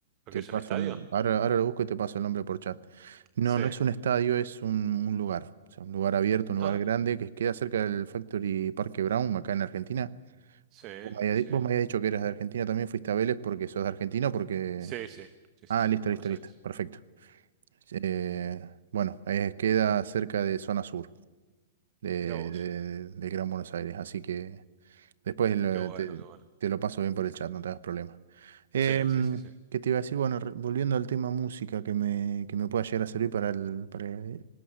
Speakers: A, on the right (about 35°); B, on the right (about 80°).
A: ¿Lo
B: te
A: que es
B: paso,
A: un estadio?
B: el- ahora, ahora lo busco y te paso el nombre por chat. No,
A: Sí,
B: no es un estadio, es un, un lugar, o sea, un lugar abierto, un lugar
A: ah,
B: grande que queda cerca del Factory Parque Brown, acá en Argentina.
A: sí,
B: Vos me
A: sí,
B: habías,
A: sí,
B: vos me habías dicho que eras de Argentina, también fuiste a Vélez porque sos de Argentina, porque...
A: sí, sí, sí,
B: Ah,
A: sí, sí,
B: listo,
A: Buenos
B: listo, listo,
A: Aires.
B: perfecto. Eh, bueno, ahí es- queda cerca de zona sur de,
A: Mira vos,
B: de- de Gran Buenos Aires, así que Después lo-
A: qué bueno,
B: te,
A: qué bueno.
B: te lo paso bien por el chat, no te hagas problema. Em,
A: Sí, sí, sí, sí.
B: ¿qué te iba a decir? Bueno, re- volviendo al tema música que me, que me pueda llegar a servir para, el- para eh,